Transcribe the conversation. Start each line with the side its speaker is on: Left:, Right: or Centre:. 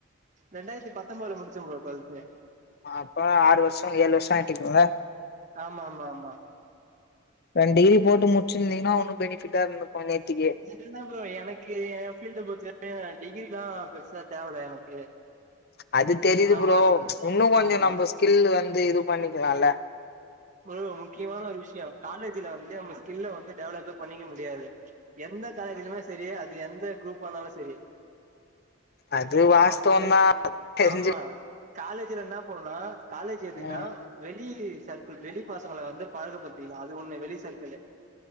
Right: ரெண்டாயிரத்தி பத்தொம்பதுல முடிச்சே ப்ரோ டுவெல்த்து
Left: அப்ப ஆறு வருஷோ ஏலு வருஷோ ஆயிட்டுறுக்குமில
Right: ஆமா ஆமா ஆமா
Left: ரெண்டு டிகிரி போட்டு முச்சிருந்தீங்கன்னா ஒன்னு பெனிஃபிட்டா இருந்துருக்கு நேத்திக்கே
Right: இது என்ன ப்ரோ எனக்கு ஏ ஃபீல்ட பொறுத்த வரயு டிகிரில்லா பெருசா தேவல எனக்கு
Left: அது தெரியுது
Right: நம்ம
Left: ப்ரோ இன்னு கொஞ்சோ
Right: ஆமா
Left: நம்ம ஸ்கில் வந்து இது பண்ணிக்கலால
Right: மொதல்ல முக்கியமான ஒரு விஷ்யோ காலேஜ்ல வந்து நம்ம ஸ்கில்ல வந்து டெவலப்பே பண்ணிக்க முடியாது எந்த காலேஜிலியுமே செரி அது எந்த குரூப் ஆனாலோ செரி
Left: அது வாஸ்தவந்தா
Right: காலேஜ்
Left: தெரிஞ்சு
Right: ஆமா காலேஜ்ல இன்ன பண்ணணுனா காலேஜி எதுக்குனா
Left: ம்
Right: வெளி சர் க்கில் வெளி பசங்கள வந்து பழகப்பத்திகலா அது ஒண்ணு வெளி சர்க்கிலு